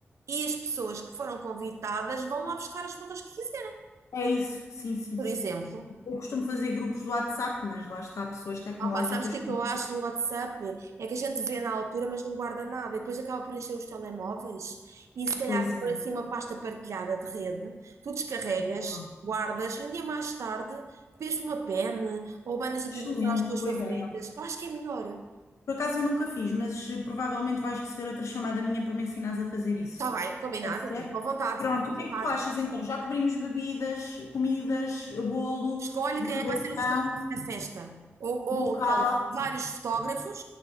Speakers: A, on the right; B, on the left.
A: e as pessoas que foram convidadas vão lá buscar as fotos que quiserem.
B: É isso, sim, sim,
A: Por
B: sim.
A: exemplo,
B: Eu costumo fazer grupos do WhatsApp, mas lá está, pessoas tecnológicas.
A: opá, sabes o que
B: que
A: é que eu acho do WhatsApp? É que a gente vê na altura, mas não guarda nada e depois acaba por encher os telemóveis. E se calhar,
B: Pois
A: se
B: é,
A: for assim uma pasta partilhada de rede, tu descarregas.
B: boa.
A: Guardas, e um dia mais tarde, copias por uma pen ou bandas de imprimir
B: Excelente,
A: para as tuas
B: boa
A: favoritas.
B: ideia.
A: Eu acho que é melhor.
B: Por acaso eu nunca fiz, mas eh, provavelmente vais receber outra chamada minha para me ensinares a fazer isso.
A: Está bem, combinado.
B: Pode ser?
A: À vontade,
B: Pronto,
A: à
B: o
A: vontade.
B: que é que tu achas então? Já cobrimos bebidas, comidas, bolo,
A: Escolhe
B: decoração.
A: quem é que vai ser o fotógrafo da festa. Ou, ou
B: local,
A: então, vários fotógrafos